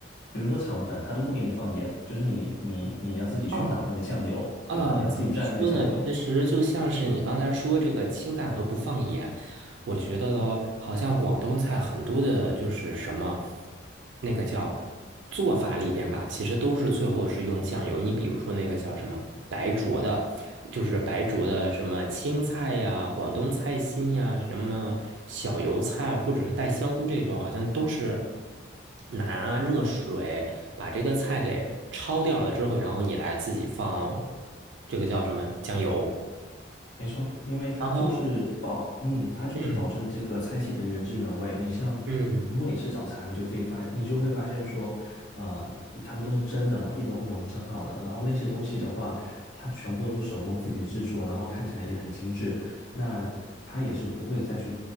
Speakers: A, on the left; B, on the right.
A: 比如说肠粉，它都不给你放盐，就是你你你要自己去倒那个酱油，
B: 啊啊！
A: 对吧？你要自己蘸那个酱油。
B: 怎么说呢？其实就像是你刚才说这个清淡和不放盐，我觉得好像广东菜很多的，就是什么那个叫做法里边吧，其实都是最后是用酱油。你比如说那个叫什么白灼的，就是白灼的什么青菜呀、广东菜心呀、什么小油菜或者是带香菇这种，好像都是拿热水把这个菜给焯掉了之后，然后你来自己放这个叫什么酱油，
A: 没错，因为它就是保，
B: 然后
A: 嗯，它就是保证这个菜系的原汁原味。
B: 嗯
A: 你像，
B: 嗯，
A: 如果你吃早茶，你就会发，你就会发现说，呃，他们都是蒸的嘛，一笼一笼蒸好的。然后那些东西的话，它全部都是手工自己制作，然后看起来也很精致。那它也是不会再去，